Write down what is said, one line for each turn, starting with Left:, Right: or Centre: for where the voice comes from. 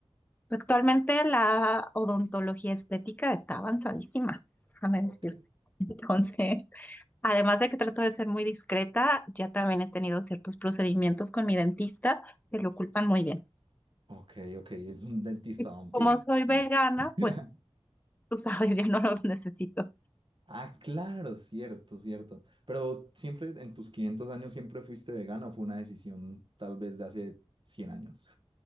Left: Actualmente la odontología estética está avanzadísima, déjame
Right: Ok.
Left: decirte. <laughs> Entonces, además de que trato de ser muy discreta, ya también he tenido ciertos procedimientos con mi dentista que lo ocultan muy bien.
Right: Ok, ok, es un dentista
Left: Y
Right: vampiro.
Left: como soy vegana,
Right: <laughs>
Left: pues tú sabes, <laughs> ya no los necesito.
Right: Ah, claro, cierto, cierto. Pero siempre en tus 500 años siempre fuiste vegano, ¿o fue una decisión tal vez de hace cien años.